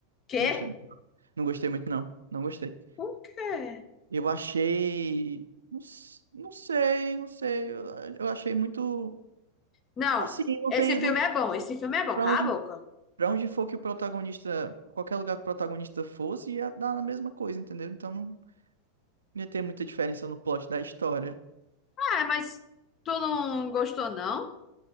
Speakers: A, on the left (about 30°); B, on the right (about 70°).
A: Quê?
B: Não gostei muito, não. Não gostei muito, não. Não gostei.
A: Por quê?
B: Eu achei. Não, s- não sei, não sei. Eu, eu achei muito.
A: Não,
B: Assim, não
A: esse
B: tem.
A: filme
B: Não...
A: é bom, esse filme é bom,
B: Pra
A: cala
B: onde,
A: a boca.
B: pra onde for que o protagonista. Qualquer lugar que o protagonista fosse, ia dar a mesma coisa, entendeu? Então não. Não ia ter muita diferença no plot da história.
A: Ah, mas tu não gostou, não?